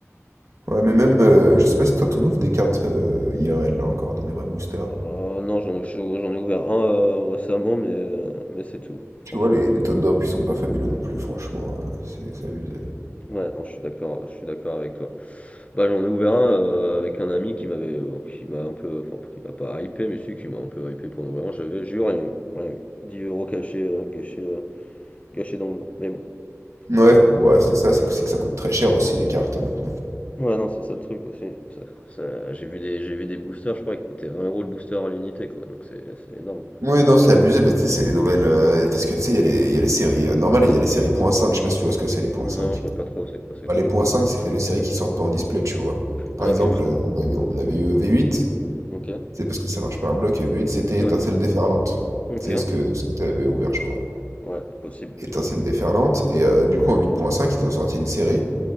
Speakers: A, on the right (about 70°); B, on the left (about 25°).
A: Ouais, mais même, euh, je sais pas si toi, t'en ouvres des cartes euh, IRL, là, encore, dans des vrais boosters.
B: Euh, non, j'en j'en ai ouvert un euh, récemment, mais, euh, mais c'est tout, franchement.
A: Tu vois, les, les taux de drop, ils sont pas fabuleux non plus, franchement, euh, c'est c'est abusé.
B: Ouais, non, je suis d'accord, je suis d'accord avec toi. Bah, j'en ai ouvert un euh, avec un ami qui m'avait euh, qui m'a un peu enfin qui m'a pas hypé mais si qui m'a un peu hypé pour en ouvrir un, j'avais j'ai eu rien eu, rien eu. 10 euros cachés euh, gâchés euh, gâchés dans le vent. Mais bon,
A: Ouais,
B: on peut pas.
A: ouais, c'est ça, c'est que, c'est que ça coûte très cher aussi, les cartes, hein, maintenant.
B: Ouais non, c'est ça le truc aussi. Ça, ça- j'ai vu des j'ai vu des boosters, je crois ils coûtaient vingt euros le booster à l'unité quoi. Donc c'est c'est énorme.
A: Ouais, non, c'est abusé, bah, tu sais, c'est les nouvelles... euh, parce que, tu sais, il y a les, il y a les séries euh, normales et il y a les séries point cinq je sais pas si tu vois ce que c'est, les
B: Non,
A: .5.
B: je vois pas trop c'est quoi c'est
A: Bah,
B: quoi.
A: les point 5 c'est les séries qui sortent pas en display, tu vois. Par
B: Ah, OK
A: exemple,
B: juste.
A: euh, on avait, on avait eu v huit
B: OK.
A: C'est parce que ça marche par bloc, Uber Eats, c'était
B: Ouais.
A: étincelle déferlante.
B: OK.
A: C'est
B: intéressant.
A: ce que, ce que tu avais ouvert, je crois.
B: Ouais, possible.
A: Étincelle déferlante. Et euh, du coup, en 8.5, ils ont sorti une série.